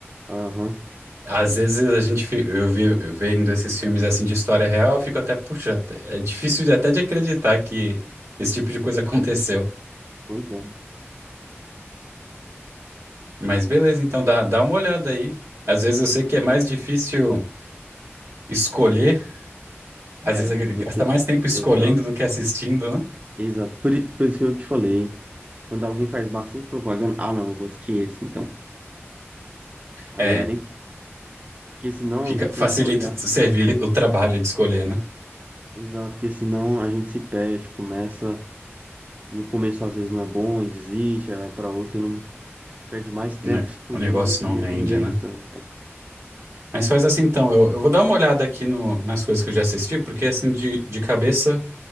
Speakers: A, on the right; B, on the right.
A: aham.
B: Às vezes a gente, fi- eu vi, eu vendo esses filmes assim de história real, eu fico até, puxa, é difícil de- até de acreditar que esse tipo de coisa <laughs> aconteceu.
A: Pois é.
B: Mas beleza, então dá, dá uma olhada aí. Às vezes eu sei que é mais difícil escolher, às
A: É,
B: vezes a gente
A: do
B: gasta
A: que?
B: mais tempo escolhendo
A: Exato,
B: do que assistindo, né?
A: exato. Por, i- por isso que eu te falei, quando alguém faz bastante propaganda, ah, não, eu vou assistir esse então. Aí
B: É.
A: eu nem. Porque senão
B: Fica,
A: eu vou
B: facilita
A: começar a olhar.
B: o servir o trabalho de escolher, né?
A: Exato, porque senão a gente se perde, começa. E o começo às vezes não é bom e desiste, aí vai pra outro e não perde mais tempo
B: Né?
A: escolhendo
B: O negócio
A: do que
B: não rende,
A: aproveitando.
B: né?
A: É,
B: Mas faz assim então, eu, eu vou dar uma olhada aqui no, nas coisas que eu já assisti, porque assim de, de cabeça